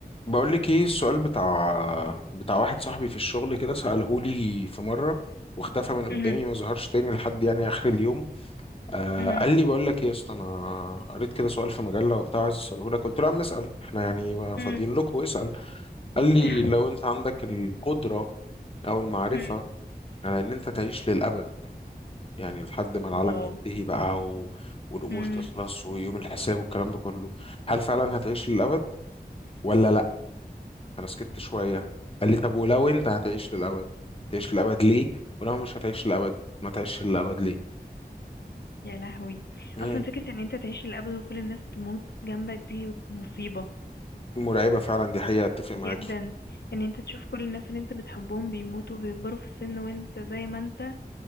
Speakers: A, on the left; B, on the left.
A: بقول لك ايه السؤال بتاع بتاع واحد صاحبي في الشغل كده سأله لي في مرة واختفى من قدامي
B: مهم.
A: ما ظهرش تاني لحد يعني اخر اليوم آه
B: مهم.
A: قال لي بقول لك ايه يا اسطى انا قريت كده سؤال في مجلة وبتاع عايز اساله لك قلت له يا عم اسال احنا يعني ما فاضيين
B: مم.
A: لك واسال قال لي
B: <laughs>
A: لو انت عندك القدرة او المعرفة
B: مم.
A: على ان انت تعيش للابد يعني لحد ما العالم
B: واو
A: ينتهي بقى و... والامور
B: مم.
A: تخلص ويوم الحساب والكلام ده كله هل فعلا هتعيش للابد ولا انا سكت شويه قال لي طب ولو انت هتعيش للابد تعيش للابد ليه ولو مش هتعيش للابد ما تعيش للابد ليه
B: يا لهوي
A: امم
B: اصلا فكرة ان انت تعيش للابد وكل الناس تموت جنبك دي مصيبة
A: مرعبه فعلا دي حقيقه اتفق
B: جدا
A: معاكي
B: ان انت تشوف كل الناس اللي انت بتحبهم بيموتوا بيكبروا في السن وانت زي ما انت